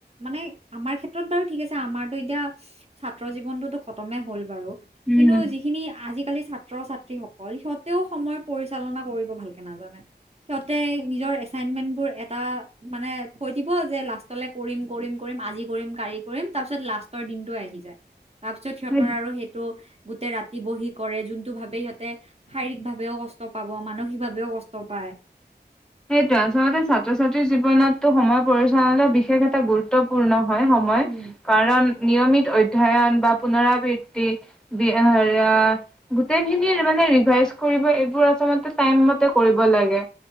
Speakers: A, on the right (about 35°); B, in the centre.
A: মানে আমাৰ ক্ষেত্ৰত বাৰু ঠিক আছে আমাৰতো এতিয়া উ উস্ ছাত্ৰ জীৱনটোতো খতমে হ'ল বাৰু
B: উম
A: কিন্তু যিখিনি আজিকালি ছাত্ৰ-ছাত্ৰী সক সিহঁতেও সময় পৰিচালনা কৰিব ভালকে নাজানে। সিহঁতে নিজৰ এছাইনমেন্ট বোৰ এটা মানে থৈ দিব যে লাষ্টলৈ কৰিম কৰিম কৰিম আজি কৰিম কালি কৰিম তাৰ পিছত লাষ্টৰ দিনটো আহি যায় তাৰপিছত সিহঁতৰ
B: সেই
A: আৰু সেইটো গোটেই ৰাতি বহি কৰে যোনটো ভাৱে সিহঁতে শাৰীৰিক ভাৱেও কষ্ট পাব মানসিকভাৱেও কষ্ট পায়।
B: <inaudible> সেইটোৱে আচলতে ছাত্ৰ-ছাত্ৰীৰ জীৱনতটো সময় পৰিচালনা বিশেষ এটা গুৰুত্বপূৰ্ণ। সময়
A: উম
B: কাৰণ নিয়মিত ঐভ- অধ্যয়ন বা পুনৰাবৃত্তি বি এ এ হাইয়া গোটেইখিনিৰ মানে ৰিভাইজ কৰি সেইবোৰ-এইবোৰ আচলতে টাইম মতে কৰিব লাগে